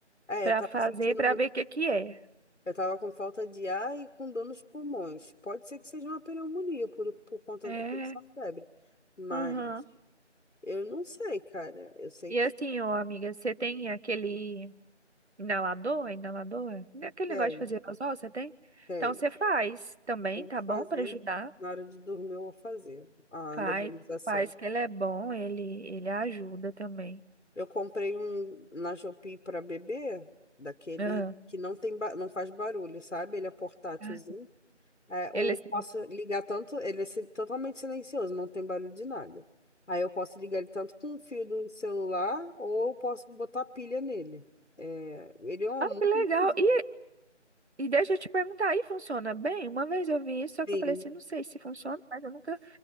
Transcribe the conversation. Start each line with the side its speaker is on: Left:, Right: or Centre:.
Left: é,
Right: pra
Left: eu tava
Right: fazer,
Left: sentindo
Right: pra
Left: muito.
Right: ver o que que é.
Left: Eu tava com falta de ar e com dor nos pulmões. Pode ser que seja uma pneumonia por, por conta
Right: É.
Left: da por essa febre, mas.
Right: Aham.
Left: Eu não sei, cara. Eu sei
Right: E
Left: que
Right: assim, ó, amiga, você tem aquele inalador, é inalador, Né, aquele
Left: tem,
Right: negócio de fazer aerosol, você tem?
Left: tem.
Right: Então você faz também,
Left: Eu vou
Right: tá bom?
Left: fazer.
Right: Pra ajudar.
Left: Na hora de dormir, eu vou fazer a
Right: Faz,
Left: nebulização.
Right: faz que ele é bom, ele ele ajuda também.
Left: Eu comprei um na Shopee para bebê, daquele
Right: Aham.
Left: que não tem, ba- não faz barulho, sabe? Ele é portátilzinho.
Right: Ah,
Left: É,
Right: Ele
Left: eu
Right: assim,
Left: posso ligar tanto, ele é si- totalmente silencioso, não tem barulho de nada. Aí eu posso ligar ele tanto com o fio do celular, ou eu posso botar pilha nele. É, ele é um
Right: ah,
Left: muito
Right: que legal. E E deixa eu te perguntar, aí funciona bem? Uma vez eu vi isso, só que
Left: bonzinho.
Right: eu falei assim, não sei se funciona, mas eu nunca.